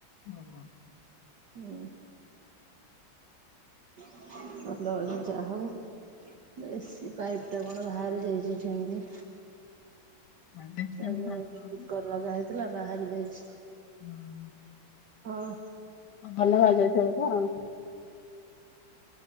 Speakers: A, on the left (about 60°); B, on the right (about 60°).
A: ଅ ହଁ।
B: ହୁଁ। <unintelligible> ଏସି ପାଇପ୍ ଟା କଣ ବାହାରି ଯାଇଚି ଏଠି <unintelligible> ଯେ।
A: ଆଡଜଷ୍ଟମେଣ୍ଟ
B: ତାକୁ
A: ବାହାରିଥିବ
B: <unintelligible>
A: ବୋଧେ।
B: ଲଗା ହେଇଥିଲା ବାହାରି ଯାଇଛି।
A: ହୁଁ।
B: ହଉ।
A: ଅଁ ଭଲ ବାହାରି ଯାଇଥିବ ବୋଧେ ଆଉଁ?